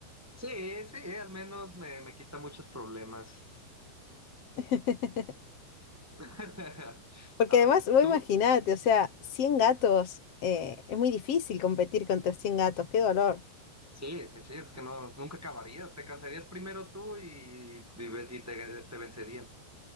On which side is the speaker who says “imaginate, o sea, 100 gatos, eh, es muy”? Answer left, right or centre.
Left